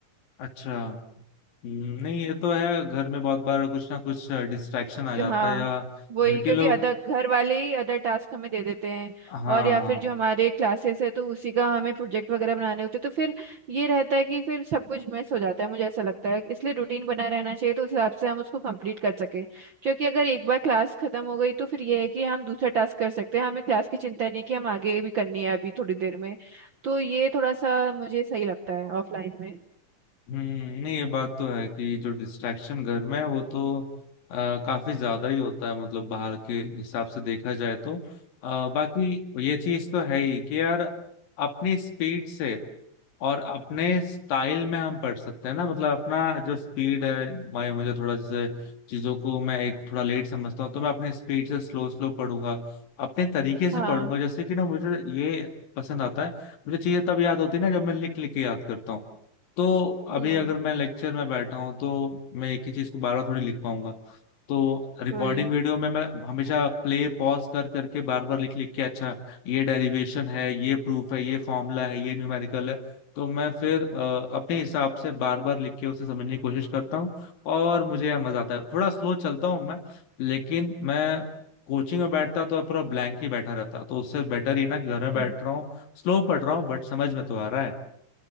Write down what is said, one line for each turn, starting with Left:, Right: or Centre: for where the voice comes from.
Left: अच्छा हम्म, नहीं ये तो है घर में बहुत बार कुछ ना कुछ डिस्ट्रैक्शन आ
Right: जो
Left: जाता
Right: हाँ
Left: है या
Right: वही
Left: घर के
Right: क्योंकि
Left: लोग
Right: अदर घर वाले ही अदर टास्क हमें दे देते हैं
Left: हाँ
Right: और या फिर जो हमारे क्लासेस है तो उसी का हमें प्रोजेक्ट वगैरह बनाने होते हैं तो फिर ये रहता है कि फिर सब कुछ मिस हो जाता है मुझे ऐसा लगता है इसलिए रूटीन बना रहना चाहिए तो उस हिसाब से हम उसको कंप्लीट कर सके क्योंकि अगर एक बार क्लास खत्म हो गई तो फिर ये है कि हम दूसरा टास्क कर सकते हैं हमें क्लास की चिंता नहीं है कि हम आगे भी करनी है अभी थोड़ी देर में तो ये थोड़ा सा मुझे सही लगता है ऑफलाइन में
Left: हम्म नहीं ये बात तो है कि जो डिस्ट्रैक्शन घर में है वो तो आ, काफी ज्यादा ही होता है मतलब बाहर के हिसाब से देखा जाए तो आ, बाकी ये चीज तो है ही कि यार अपनी स्पीड से और अपने स्टाइल में हम पढ़ सकते हैं ना मतलब अपना जो स्पीड है मैं मुझे थोड़ा जैसे चीजों को मैं एक थोड़ा लेट समझता हूँ तो मैं अपनी स्पीड से स्लो स्लो पढ़ूंगा अपने तरीके से
Right: हाँ
Left: पढ़ूंगा जैसे कि ना मुझे ये पसंद आता है मुझे चीजें तब याद होती है ना जब मैं लिख लिख के याद करता हूँ तो
Right: हम्म
Left: अभी अगर मैं लेक्चर में बैठा हूँ तो मैं एक ही चीज को बार बार थोड़ी लिख पाऊंगा तो रिकॉर्डिंग
Right: वही
Left: वीडियो में मैं हमेशा प्ले पॉज कर करके बार बार लिख लिख के अच्छा ये डेरिवेशन है ये प्रूफ है ये फॉर्मूला है ये न्यूमेरिकल है तो मैं फिर अ, अपने हिसाब से बार बार लिख के उसे समझने की कोशिश करता हूँ और मुझे यह मजा आता है थोड़ा स्लो चलता हूँ मैं लेकिन मैं कोचिंग में बैठता तो पूरा ब्लैंक ही बैठा रहता तो उससे बेटर ये ना कि घर में बैठ
Right: फिर।
Left: रहा हूँ स्लो पढ़ रहा हूँ बट समझ में तो आ रहा है